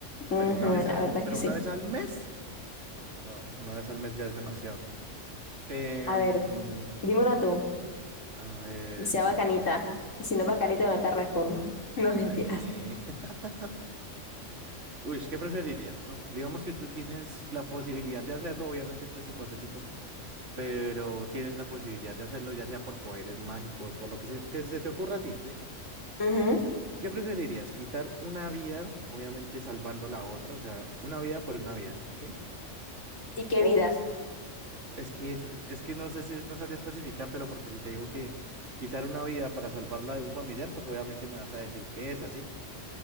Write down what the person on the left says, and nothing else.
Ujú,
la
verdad es
que sí.
A ver, dímelo tú.
Sea
bacanita.
Si no es bacanita, no te respondo. <laughs> No mentiras.
Ujú.
¿Y qué
vidas?